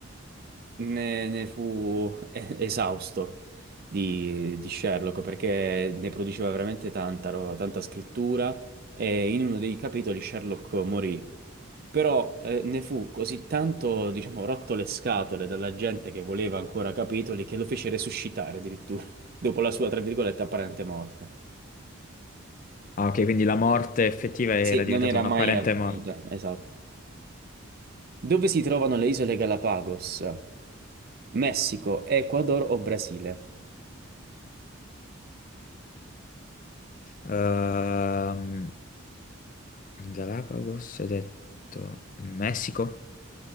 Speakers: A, on the right; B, on the left.
A: ne, ne fu <laughs> eh, esausto di, di Sherlock perché ne produceva veramente tanta, ro- tanta scrittura e in uno dei capitoli Sherlock morì. Però eh, ne fu così tanto, diciamo, rotto le scatole dalla gente che voleva ancora capitoli che lo fece resuscitare addirittura <laughs> dopo la sua, tra virgolette, apparente morte.
B: Ah, ok, quindi la morte effettiva era
A: Sì,
B: diventata
A: non era
B: un'apparente
A: mai avvenuta,
B: morte.
A: esatto. Dove si trovano le isole Galapagos? Messico, Ecuador o Brasile?
B: Ehm, Galapagos, hai detto Messico?